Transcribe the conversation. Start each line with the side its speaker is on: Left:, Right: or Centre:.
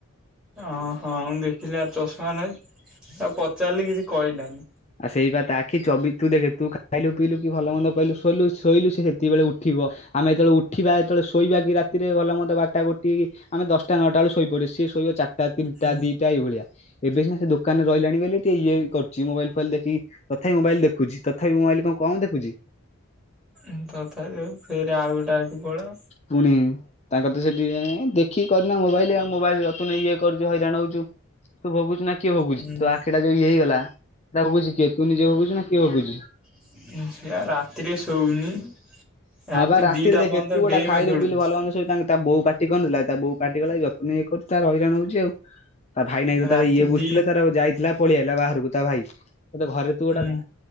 Centre: ଓ ହୋ ମୁଁ ଦେଖିଲି ଆଉ ଚଷମା ନେଇଚି ଆଉ ପଚାରିଲି କିଛି କହିଲାନି।
Left: ଆଉ ସେଇ ବା ତା ଆଖି ଚବି ତୁ ଦେଖେ ତୁ ଖାଇଲୁ ପିଇଲୁ କି ଭଲ ମନ୍ଦ କହିଲୁ ଶୋଇଲୁ ଶୋଇଲୁ ସେ ସେତିିବବେଳେ ଉଠିବ ଆମେ ଯେତେବେଳେ ଉଠିବା ଯେତେବେଳେ ଶୋଇବା କି ରାତିରେ ଭଲ ମନ୍ଦ ବରଟା ଆମେ ଦଶଟା ନଅଟା ବେଳେ ଶୋଇପଡୁ ସିଏ ଶୋଇବା ଚାରଟା। ତିନିଟା
Centre: ହୁଁ
Left: ଦିଟା ଏଇ ଭଳିଆ ଏବେ ସିନା ସେ ଦୋକାନରେ ରହିଲାଣି ବୋଲି ଟିକେ ଇଏ କରୁଚି ମୋବାଇଲ <unintelligible> ଦେଖିକି ତଥାପି ମୋବାଇଲ ଦେଖୁଚି ତଥାପି ମୋବାଇଲ କଣ କମ୍ ଦେଖୁଚି?
Centre: <unintelligible> ଫେରେ ଆଉ ଗୋଟେ ଆଖି ପଳାଇବ।
Left: ପୁଣି ତାଙ୍କର ତ ସେଠି ଦେଖିକି କରିନା ମୋବାଇଲ ଆଉ ମୋବାଇଲ ଯତୁନେ ଇଏ କରୁଛୁ ହଇରାଣ ହଉଚୁ। ତୁ ଭୋଗୁଚୁ ନା କିଏ ଭୋଗୁଚି
Centre: ହୁଁ
Left: ତୋ ଆଖିଟା ଯଉ ଇଏ ହେଇଗଲା ସେଇଟା ଭୋଗୁଚି କିଏ ତୁ ନିଜେ ଭୋଗୁଚୁ ନା କିଏ ଭୋଗୁଚି।
Centre: ସେଇ ଆ ପା ରାତିରେ ଶୋଉନି। ରାତି
Left: ହଁପା ରାତିରେ
Centre: ଦିଟା
Left: ଦେଖେ
Centre: ପର୍ଯ୍ୟନ୍ତ
Left: ତୁ ଗୋଟେ
Centre: ଗେମ୍
Left: ଖାଇଲୁ
Centre: ଖେଳୁଛି।
Left: ପିଲୁ ଭଲ ମନ୍ଦ ସୋ ତା ବୋ ପାଟି କରୁନଥିଲା। ତା ବୋଉ କାଟିକଲା ଯତୁନେ ଇଏ କରୁଚି ତାର ହଇରାଣ ହଉଛି ଆଉ ତା ଭାଇ ନଗି
Centre: ରାତି
Left: ତାର ଇଏ ବୁଝୁଥିଲେ
Centre: ଦି
Left: ତାର ଯାଇଥିଲା ପଳିଆଇଲା ବାହାରକୁ ତା ଭାଇ ଘରେ ତୁ ଗୋଟେ
Centre: ହୁଁ
Left: ବା